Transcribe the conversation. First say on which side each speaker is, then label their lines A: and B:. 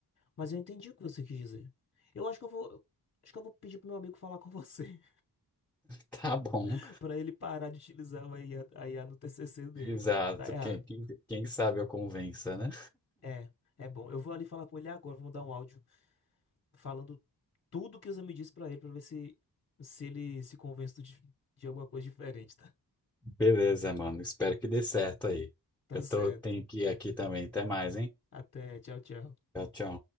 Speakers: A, on the left (about 35°); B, in the centre.
A: Mas eu entendi o que você quis dizer. Eu acho que eu vou, acho que eu vou pedir pro meu amigo falar com você,
B: Tá bom.
A: <laughs> para ele parar de utilizar a IA, a IA no TCC dele,
B: Exato.
A: que tá errado.
B: Quem, quem, quem sabe eu convença, né?
A: É, é bom. Eu vou ali falar com ele agora, vou mandar um áudio falando tudo que o Zé me disse pra ele, pra ver se, se ele se convence de, de alguma coisa diferente, tá?
B: Beleza, mano. Espero que dê certo aí.
A: Tá
B: Eu
A: certo.
B: tô, tenho que ir aqui também. Até mais, hein?
A: Até, tchau, tchau.
B: Tchau, tchau.